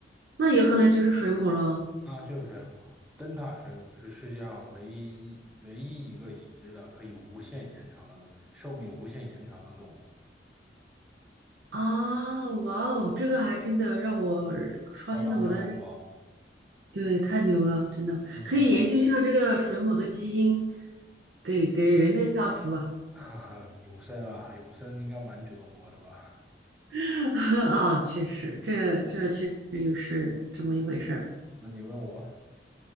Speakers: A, on the right; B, in the centre.
A: 那有可能就是水母了
B: 啊，就是水母，灯塔水母是世界上唯一一唯一一个已知的可以无限延长的寿命无限延长的动物。
A: 啊！哇哦，这个还真的让我刷新了我的认
B: 想当水母不？
A: 对，太牛了，真的可以研究一下这个水母的基因，
B: 那你想当，
A: 给给人类造福啊！
B: 哈哈，永生啊，永生应该蛮折磨的吧？
A: <laughs> 啊，确实，这这确实又是这么一回事儿。
B: 那你问我，